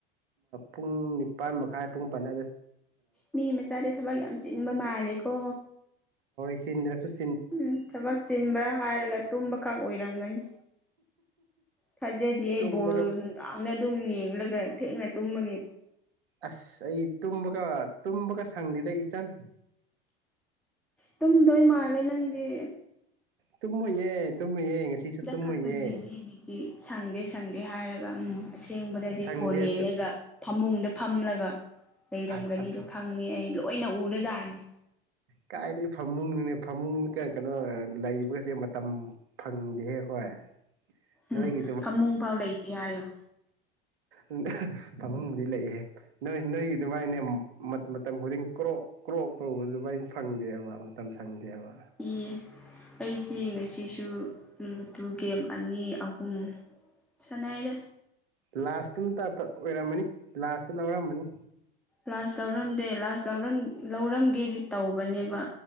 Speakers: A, on the right; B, in the centre.
A: ꯄꯨꯡ ꯅꯤꯄꯥꯥꯟ ꯃꯈꯥꯏ ꯄꯨꯡꯄꯥꯟꯗ
B: ꯃꯤ ꯃꯆꯥꯁꯦ ꯊꯕꯛ ꯌꯥꯝ ꯆꯤꯟꯕ ꯃꯥꯜꯂꯦꯀꯣ
A: ꯆ
B: ꯎꯝ ꯊꯕꯛ ꯆꯤꯟꯕ꯭ꯔꯥ ꯍꯥꯏꯔꯒ ꯇꯨꯝꯕ ꯈꯛ ꯑꯣꯏꯔꯝꯒꯅꯤ ꯊꯖꯗꯦ
A: ꯇꯨꯝꯕꯒ
B: ꯕꯥꯜ ꯌꯥꯝ ꯌꯦꯡꯂꯒ ꯊꯦꯡꯅ ꯇꯨꯝꯃꯒꯦ
A: ꯑꯁ ꯑꯩ ꯇꯨꯝꯃꯀ ꯇꯨꯝꯕꯒ ꯁꯪꯗꯗ ꯏꯆꯟ
B: ꯇꯨꯝꯗꯣꯏ ꯃꯥꯜꯂꯦ ꯅꯪꯒꯤ
A: ꯇꯨꯃꯤ ꯌꯦ ꯇꯨꯝꯃꯨꯌꯦ ꯉꯁꯤꯁꯨ ꯇꯨꯝꯃꯨꯌꯦꯦ
B: ꯈꯛꯇ ꯕꯤꯖꯤ ꯕꯤꯖꯤ ꯁꯪꯗꯦ ꯁꯪꯗꯦ ꯍꯥꯏꯔꯒ ꯎꯝ ꯑꯁꯦꯡꯕꯗꯗꯤ
A: ꯁꯪꯗꯦ
B: ꯐꯣꯟ ꯌꯦꯡꯂꯒ ꯐꯃꯨꯡꯗ ꯐꯝꯂꯒ ꯂꯩꯔꯝꯒꯅꯤꯗꯣ
A: ꯑꯁ ꯑꯁ
B: ꯈꯪꯉꯦ ꯑꯩ ꯂꯣꯏꯅ ꯎꯔꯖꯥꯅꯤ
A: ꯀꯥꯏꯗꯒꯤ ꯐꯃꯨꯡꯅꯅꯦ ꯐꯃꯨꯡ ꯀ ꯀꯩꯅꯣ ꯂꯩꯕꯒꯁꯦ ꯃꯇꯝ ꯐꯪꯗꯦꯍꯦ ꯑꯩꯈꯣꯏ
B: ꯎꯝ
A: ꯅꯣꯏꯒꯤ
B: ꯐꯃꯨꯡ ꯐꯥꯎ ꯂꯩꯇꯦ ꯍꯥꯏꯌꯣ
A: ꯎꯝ ꯐꯥꯃꯨꯡꯕꯨꯗꯤ ꯂꯩꯑꯦ ꯅꯣꯏ ꯅꯣꯏꯒꯤ ꯑꯗꯨꯃꯥꯏꯅꯦ ꯃꯇꯝ ꯈꯨꯗꯤꯡ ꯀ꯭ꯔꯣꯛ ꯀ꯭ꯔꯣꯛ ꯇꯧꯕꯗꯨꯃ ꯐꯪꯗꯦꯕ ꯃꯇꯝ ꯁꯪꯗꯦꯕ
B: ꯏꯌꯦ ꯑꯩꯁꯦ ꯉꯁꯤꯁꯨ ꯂꯨꯗꯨ ꯒꯦꯝ ꯑꯅꯤ ꯑꯍꯨꯝ ꯁꯥꯟꯅꯩꯔꯦ
A: ꯂꯥꯁꯇꯝꯇ ꯑꯣꯏꯔꯝꯃꯅꯤ ꯂꯥꯁ ꯂꯧꯔꯝꯕꯅꯤ
B: ꯂꯥꯁ ꯂꯧꯔꯝꯗꯦ ꯂꯥꯁꯔ ꯂꯧꯔꯝꯒꯦꯗꯤ ꯇꯧꯕꯅꯦꯕ